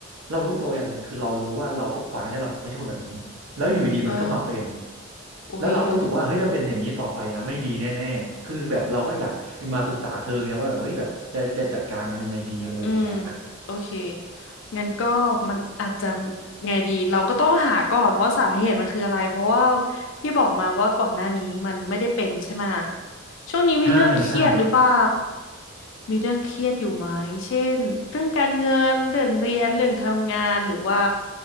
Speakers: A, on the right (about 80°); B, on the left (about 60°).
A: เรารู้ตัวอย่างหนึ่งคือเรารู้ว่าเราปกก่อนหนั้านเนี่ยเราไม่ใช่คนแบบนี้แล้วอยู่ดีมันก็มาเป็น
B: เอออุ๊ย
A: แล้วเราก็รู้สึกว่าเฮ้ยถ้าเป็นอย่างนี้ต่อไปอ่ะไม่ดีแน่ๆคือแบบเราก็อยากมาปรึกษาเธอไงว่าแบบเฮ้ยแบบจะจะจัดการมันยังไงดีอะไรอย่างเงี้ย
B: อืมโอเคงั้นก็มันอาจจะไงดีเราก็ต้องหาก่อนว่าสาเหตุมันคืออะไรเพราะว่าที่บอกมาว่าก่อนหน้านี้มันไม่ได้เป็นใช่ไหมช่วงนี้มีเรื่องเครียดหรือเปล่า
A: ใช่ใช่
B: มีเรื่องเครียดอยู่ไหมเช่นเรื่องการเงินเรื่องเรียนเรื่องทำงานหรือว่า